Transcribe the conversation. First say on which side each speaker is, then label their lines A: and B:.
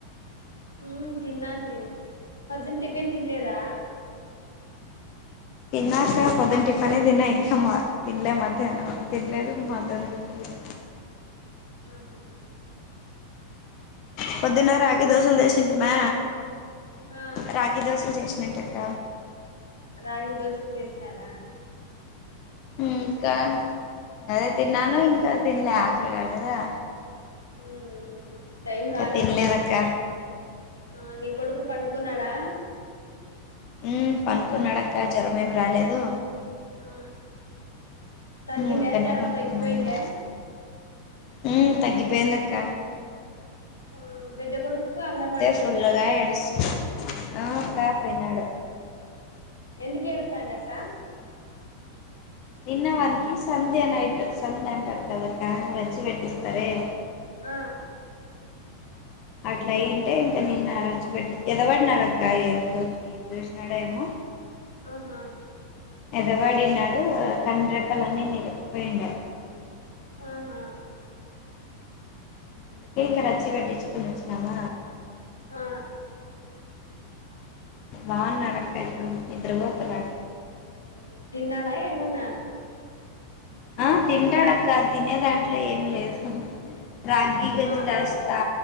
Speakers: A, on the left; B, on the left.
A: మ్మ్ తిన్నాను నేను పోదునా టిఫిన్ తినలేదా
B: తిన్నాక పొద్దున టిఫనే తిన్నా ఇంకా తినలే మధ్యాహ్నం తినలేదు మధ్య్నం తినలేదు
A: ఆహ
B: పొద్దున్న రాగి దోశలు చేసంటమా
A: ఆ
B: రాగి దోశలు చేసినంట అక్క
A: రాగి దోశలు చేసినారా
B: మ్
A: మ్మ్
B: ఇంకా అదే తిన్నాను ఇంకా తినలే ఆకలి కాలే దా
A: మ్మ్ మ్మ్ టైం కాలేదు
B: తినలేదక్క
A: ఆ నీ కొడుకు పండుకున్నాడా?
B: మ్మ్ పనుకున్నాడక్క జ్వరం ఏమి రాలేదు
A: ఆ తగ్గిందా
B: ఊరికనే
A: జ్వరంతగ్గిపోయిందా
B: పనుకున్నాడు మ్మ్ తగ్గిపోయింది అక్క
A: మ్మ్ పెద్ద కొడుకు అంగన్వాడికి
B: ఫుల్లుగా
A: పోయినాడా
B: ఏడ్స్ ఆ అక్కా పోయినాడు
A: ఎందుకు ఏడుస్తాండు అక్క
B: నిన్న వన్కి సంధ్య నైట్టు సంధ్య అంటారు అక్కరచ్చి పెెట్టస్తార <inaudible>
A: ఆ
B: అట్లా అయింటే ఇంకా నిన్ను అరచ్చి పట్టి ఎద పడినాడఅక్కఎ తోు ఎం చోసినాడ ఏమో <inaudible>
A: ఆహా
B: ఎదవాడిన్నాడు కండ్రెప్పలన్ని నిలిపిపోయిండడు
A: ఆహా
B: అందు కేే ఇక రచ్చీ పెట్టిచ్చుకు వచ్చినవ
A: ఆ
B: బాగున్నాడు అక్క ఇప్పుడు నిద్రపోతున్నాడు
A: మ్మ్ తిన్నాడా ఏమన్నా
B: ఆ తింటాడక్క తినే దాంట్లో ఏం లేదు రాగి గంజి
A: మా
B: దాస్తా